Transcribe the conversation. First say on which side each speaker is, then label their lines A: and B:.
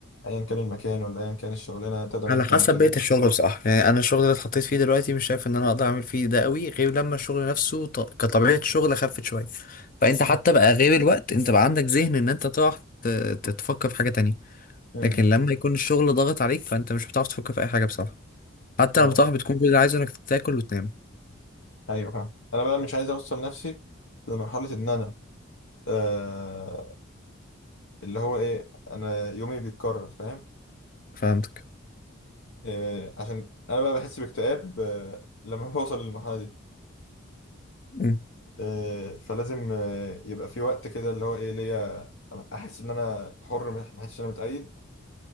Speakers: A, on the left; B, on the left.
A: ايا كان المكان ولا ايا كان الشغلانة تقدر
B: على
A: انت تعمل
B: حسب
A: كده
B: بيئة الشغل بصراحة يعني أنا الشغل اللي اتحطيت فيه دلوقتي مش شايف إن أنا أقدر أعمل فيه ده قوي غير لما الشغل نفسه ط... كطبيعة شغل خفت شوية فأنت حتى بقى غير الوقت أنت بقى عندك ذهن إن أنت تقعد ت... تتفكر في حاجة تانية
A: امم
B: لكن لما يكون الشغل ضاغط عليك فأنت مش بتعرف تفكر في أي حاجة بصراحة حتى
A: أنا-
B: لما بتروح بتكون كل اللي عايزه إنك تاكل وتنام
A: ايوه فاهم انا بقى مش عايز اوصل نفسي لمرحلة ان انا آه اللي هو ايه انا يومي بيتكرر فاهم
B: فهمتك
A: آه عشان انا بقى بحس باكتئاب آه لما <laughs> بوصل للمرحلة دي
B: أمم.
A: آه فلازم آه يبقى في وقت كده اللي هو ايه ليا احس ان انا حر ما احسش ان انا متقيد